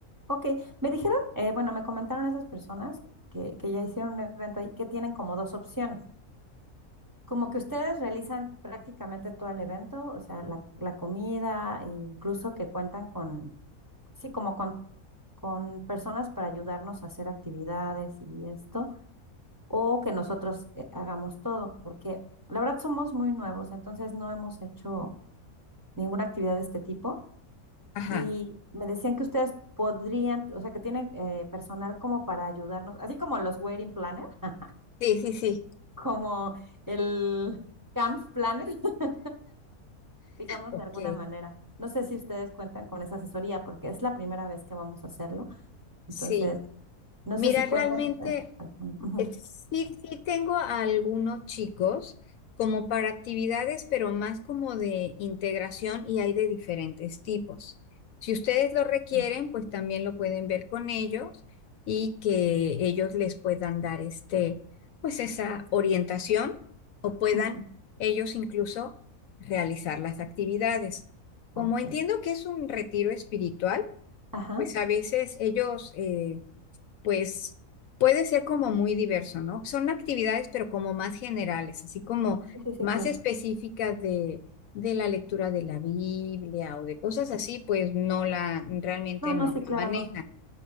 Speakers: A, on the right; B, on the left.
A: Ok, me dijeron, eh, bueno, me comentaron esas personas que, que ya hicieron un evento ahí, que tienen como dos opciones, como que ustedes realizan prácticamente todo el evento, o sea, la, la comida, e incluso que cuentan con, sí, como con, con personas para ayudarnos a hacer actividades y esto, o que nosotros eh, hagamos todo, porque la verdad somos muy nuevos, entonces no hemos hecho ninguna actividad de este tipo.
B: Ajá.
A: Y me decían que ustedes podrían, o sea, que tienen eh, personal como para ayudarnos, así como los wedding planner, <laughs>
B: Sí, sí, sí.
A: como el camp planner, <laughs> digamos
B: Ok,
A: de alguna manera. No sé si ustedes cuentan con esa asesoría porque es la primera vez que vamos a hacerlo.
B: sí.
A: Entonces, no
B: Mira,
A: sé si cuentan
B: realmente
A: ustedes. con alguno.
B: Eh, Sí, sí tengo a algunos chicos como para actividades, pero más como de integración y hay de diferentes tipos. Si ustedes lo requieren,
A: Ujú,
B: pues también lo pueden ver con ellos y que ellos les puedan dar este, pues esa orientación o puedan
A: ujú.
B: ellos incluso realizar las actividades. Como
A: Ok.
B: entiendo que es un retiro espiritual,
A: Ajá.
B: pues a veces ellos eh, pues puede ser como muy diverso, ¿no? Son actividades, pero como más generales, así como
A: Sí, sí, sí,
B: más
A: claro.
B: específicas de, de la lectura de la Biblia o de cosas así, pues no la, realmente
A: No,
B: no
A: no, sí,
B: la
A: claro,
B: manejan.
A: no.